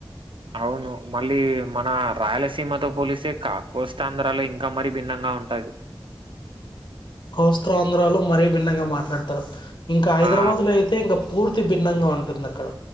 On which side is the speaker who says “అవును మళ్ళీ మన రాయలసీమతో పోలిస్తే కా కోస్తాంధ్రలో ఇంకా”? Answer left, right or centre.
Right